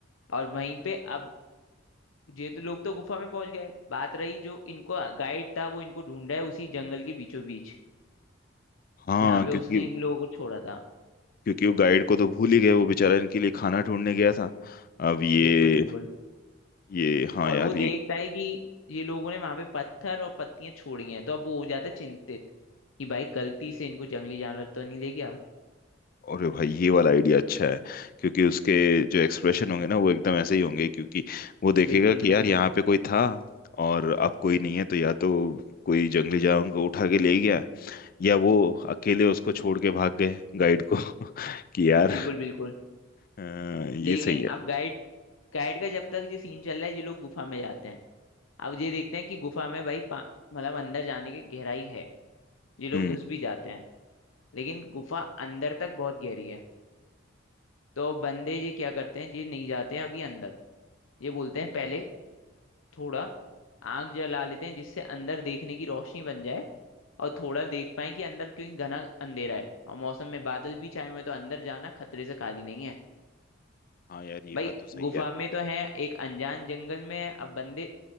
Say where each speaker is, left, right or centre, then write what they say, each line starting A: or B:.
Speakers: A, on the left (about 80°); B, on the left (about 45°).
A: और वहीं पे अब ये तो लोग तो गुफा में पहुंच गए बात रही जो इनको गाइड था वो इनको ढूंढा है उसी जंगल के बीचों बीच
B: हाँ
A: जहाँ पे
B: क्योंकि
A: उसने इन लोगों को छोड़ा था
B: क्योंकि वो गाइड को तो भूल ही गए वो बेचारा इनके लिए खाना ढूंढने गया था अब ये
A: बिल्कुल बिल्कुल
B: ये हाँ
A: और
B: यार
A: वो देखता
B: ये
A: है कि ये लोगों ने वहां पे पत्थर और पत्तियां छोड़ी हैं तो अब वो हो जाता है चिंतित कि भाई गलती से इनको जंगली जानवर तो नहीं ले गया
B: और भाई ये वाला आइडिया अच्छा है क्योंकि उसके जो एक्सप्रेशन होंगे ना वो एकदम ऐसे ही होंगे क्योंकि वो देखेगा
A: बिल्कुल
B: कि
A: बिल्कुल
B: यार यहाँ पे कोई था और अब कोई नहीं है तो या तो कोई जंगली जानवर को उठा के ले गया या वो अकेले उसको छोड़ के भाग गए गाइड को <laughs> कि यार
A: बिल्कुल बिल्कुल
B: अ,
A: लेकिन
B: ये सही है
A: अब गाइड गाइड का जब तक ये सीन चल रहा है ये लोग गुफा में जाते हैं अब ये देखते हैं कि गुफा में भाई पा- मतलब अंदर जाने की गहराई है ये लोग
B: हम्म
A: घुस भी जाते हैं लेकिन गुफा अंदर तक बहुत गहरी है तो बंदे ये क्या करते हैं ये नहीं जाते हैं अभी अंदर ये बोलते हैं पहले थोड़ा आग जला लेते हैं जिससे अंदर देखने की रोशनी बन जाए और थोड़ा देख पाए कि अंदर क्यों घना अंधेरा है और मौसम में बादल भी छाए हुए हैं, तो अंदर जाना खतरे से खाली नहीं है
B: हाँ यार ये
A: भाई
B: बात तो सही
A: गुफा
B: है
A: में तो है एक अनजान जंगल में है, अब बंदे